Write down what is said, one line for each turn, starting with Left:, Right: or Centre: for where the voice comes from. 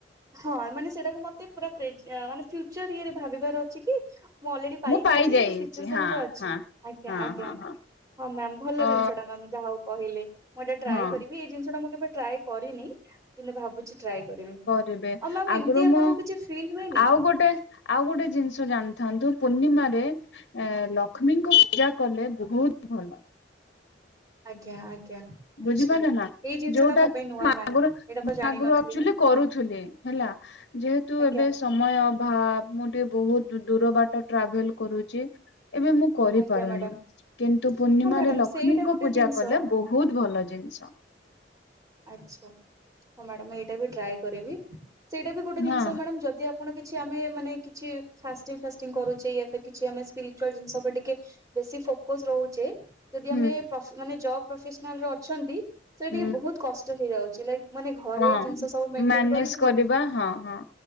Right: ହଁ ମାନେ ସେଇଟାକୁ ମତେ ପୁର ପ୍ରେଜ୍ ଆ ମାନେ ଫ୍ୟୁଚର ଇଏରେ ଭାବିବାର ଅଛି କି ମୁଁ ଅଲରେଡି ପାଇ
Left: ମୁଁ ପାଇଯାଇଛି
Right: ଦେଇଛି ଏମତି ସିଚୁସନ୍
Left: ହଁ
Right: ରେ ଅଛି
Left: ହଁ।
Right: ଆଜ୍ଞା
Left: ହଁ
Right: ଆଜ୍ଞା।
Left: ହଁ ହଁ
Right: ହଁ ମ୍ୟାମ ଭଲ
Left: ଅ
Right: ଜିନିଷଟା ମାମ୍ ଯାହା ହଉ କହିଲେ ମୁଁ ଏଇଟା ଟ୍ରାଏ
Left: ହଁ
Right: କରିବି ଏଇ ଜିନିଷଟା ମୁଁ କେବେ ଟ୍ରାଏ କରିନି କିନ୍ତୁ ଭାବୁଛି ଟ୍ରାଏ କରିବି।
Left: ରିବେ
Right: ଆଉ ମ୍ୟାମ
Left: ଆଗରୁ
Right: ଏମିତି ଆପଣଙ୍କୁ
Left: ମୁଁ
Right: କିଛି ଫିଲ୍ ହୁଏନି
Left: ଆଉ ଗୋଟେ ଆଉ ଗୋଟେ ଜିନିଷ ଜାଣିଥାନ୍ତୁ ପୂର୍ଣ୍ଣିମାରେ ଏ ଲକ୍ଷ୍ମୀଙ୍କ ପୂଜା କଲେ ବହୁତ ଭଲ।
Right: ଆଜ୍ଞା ଆଜ୍ଞା। ଆଚ୍ଛା।
Left: ବୁଝିପାଲେ ନା
Right: ଏଇ ଜିନିଷ
Left: ଯୋଉଟା
Right: ଟା ମୋ ପାଇଁ ନୂଆ
Left: ଆରୁ
Right: ମ୍ୟାମ ଏଇଟା ତ ଜାଣିନଥିଲି
Left: ଆଗୁରୁ ଆକଚୁଆଲି
Right: ମୁଁ
Left: କରୁଥୁଲେ ହେଲା। ଯେହେତୁ
Right: ଆଜ୍ଞା
Left: ଏବେ ସମୟ ଅଭାବ ମୁଁ ଟିକେ ବହୁତ ଦୁ ଦୂର ବାଟ ଟ୍ରାଭେଲ କରୁଛି ଏବେ ମୁଁ କରିପାରୁନି
Right: ଆଜ୍ଞା ମ୍ୟାଡାମ
Left: କିନ୍ତୁ ପୂର୍ଣ୍ଣିମାରେ
Right: ହଁ ମ୍ୟାଡାମ
Left: ଲକ୍ଷ୍ମୀଙ୍କ
Right: ସେଇଟା ଗୋଟେ
Left: ପୂଜା
Right: ଜିନିଷ
Left: କଲେ ବହୁତ ଭଲ ଜିନିଷ।
Right: ଆଚ୍ଛା ହଁ ମ୍ୟାଡ଼ାମ ଏଇଟା ବି ଟ୍ରାଏ କରିବି ସେଇଟା ବି ଗୋଟେ ଜିନିଷ
Left: ହଁ
Right: ମାଡ଼ାମ ଯଦି ଆ କଣ କିଛି ଆମେ ମାନେ କିଛି ଫାଷ୍ଟିଂ ଫାଷ୍ଟିଂ କରୁଛେ ସେ କିଛି ଆମେ ସ୍ପିରିଚୁଆଲ ଜିନିଷ ଉପ ଟି କେ ବେଶି ଫୋକସ ରହୁଛେ ଯଦି
Left: ହୁଁ।
Right: ଆମେ ପ୍ରଶ୍ ମାନେ ଜବ ପ୍ରଫେସନାଲରେ ଅଛନ୍ତି ସେଟା
Left: ହୁଁ
Right: ଟିକେ ବହୁତ କଷ୍ଟ ହେଇଯାଉଛି ଲାଇ ମାନେ ଘରେ
Left: ହଁ
Right: ଜିନିଷ ସବୁ ମେଣ୍ଟେନ
Left: ମ୍ୟାନେଜ
Right: କରିକି
Left: କରିବା ହଁ ହଁ।